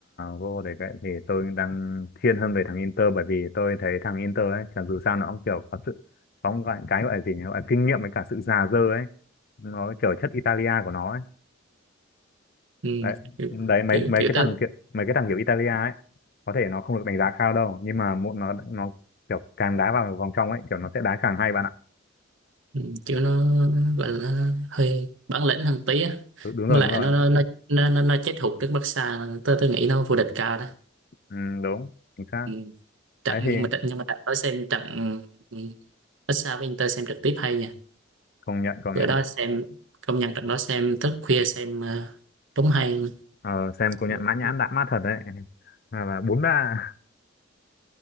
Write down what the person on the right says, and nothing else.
ừ,
kiểu
kiểu
kiểu,
tới,
ừ, kiểu nó gọi là hơi bản lĩnh hơn tí á
với lại
nó nó nó nó, nó nó chết hụt trước Barca tôi tôi nghĩ nó vô địch cao đó
ừ. trận
nhưng mà trận nhưng mà trận đó xem trận ừ, Barca với Inter xem trực tiếp hay nha
bữa
đó xem công nhận trận đó xem thức khuya xem ờ, đúng hay
Kiểu-